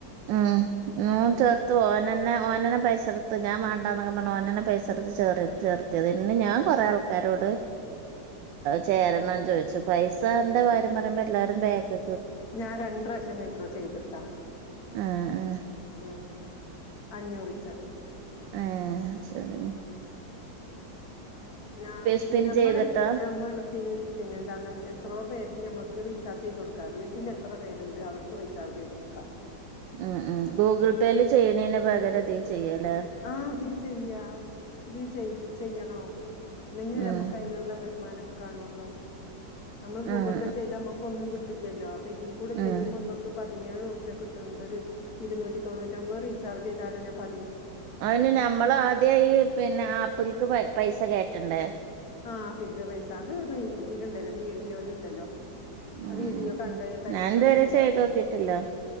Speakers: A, on the right (about 85°); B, on the left (about 55°).
A: ഉം ഉ
B: ഉം
A: ചേർത്ത്ു ഓനന്നെ ഓനന്നെ പൈസ എടുത്ത്ു ഞാൻ വേണ്ടന്നൊ നോൻെ പൈസെടുത്ത് ച ചേർത്തിയത് പിന്നെ ഞാൻ കൊറെേ ആൾക്കാരോട് ച ക ചോദിച്ചു പൈസ എന്തന്റെ കാര്യം പറയുമ്പോ എല്ലാരും ബേക്ക്
B: ഞാൻ രണ്ട ലക്ഷം മീഡ്രോ ചെയ്തിട്ടാ
A: ആഹ് ആഹ്
B: ഉം അഞ്ഞൂറിച്ച
A: ആഹ് ശരിയെന്നാ
B: ഉം ഞാ
A: സ്പിൻ
B: ഞമ്മളെ
A: ചെയ്തിട്ടാ
B: ഞമ്മൾ പിന്നെ എന്താണ് എത്രോ പേർക്ക് ഞമ്മ - റീചാർജ് ചെയ്തു കൊടുക്കാം വീട്ടല് എത്ര പേരുണ്ട് അവർക്കും റീചാർജ് ചെയ്ത് കൊടുക്കാം
A: ആഹ് ആഹ് ഗൂഗിൾ പേയിൽ ചെയ്യാണെനു പകരം ഇതി ചെയ്യാം അല്ലെ
B: ആ ഇതില് ചെയ്യാം ഇത് ചെയ ചെയ്യണോ ന്തെങ്കിലു
A: ഉം
B: നമുക്ക് അയിനുള്ള വരുമാനം കാണുള്ളൂ നമ്മൾ ഗൂഗിൾ
A: ഉം
B: പേ ചെയ്താ മക്ക് ഒന്നും കിട്ടില്ലല്ലോ. അപ്പ ഇതികൂടെ
A: ഉം
B: ചെയ്യുമ്പോ അമ്മക്ക് പ ഇഞ്യാണ് ഉർപ്യ കിട്ട്ണ്ടൊരു ഇരുന്നൂറ്റി തൊണൂറ്റി ഒമ്പത് റീചാർജെയ്താലെന്നെ പ
A: അയിന് ഞമ്മളാദ്യ ഈ പിന്നെ ആപ്പിൽക്ക് പ പൈസ കേറ്റണ്ടേ?
B: ആഹ് പ്പിൽക്ക് പൈസ അത് റി ഇതിലുണ്ടല്ലോ വീഡിയോല്ണ്ടല്ലോ
A: ഉം
B: അ വീഡിയോ
A: ഉം
B: കണ്ട്
A: ഉം
B: കഴിഞ്ഞ
A: ഞാൻ ഇതുവരെ
B: മനസിലാവു
A: ചെയ്തോക്കിട്ടില്ല